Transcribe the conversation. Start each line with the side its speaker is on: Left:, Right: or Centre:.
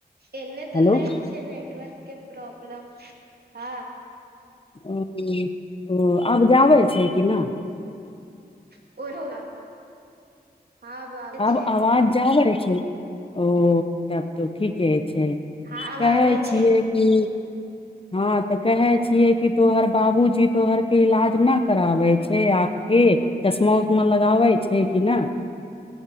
Right: एने तऽ
Left: हेलो
Right: नै छै नटवर्कके प्रॉब्लम हाँ
Left: ओ-ओ अब जाबै छै की ना
Right: <unintelligible> आबै
Left: अब
Right: छै
Left: आवाज जाबै छै ओ तब तो ठीके छै
Right: हँ आब आबै
Left: कहै
Right: छै
Left: छियै कि हाँ तऽ कहै छियै कि तोहर बाबूजी तोहरके इलाज ना कराबै छै आँखिके चश्मा उश्मा लगाबै छै की ना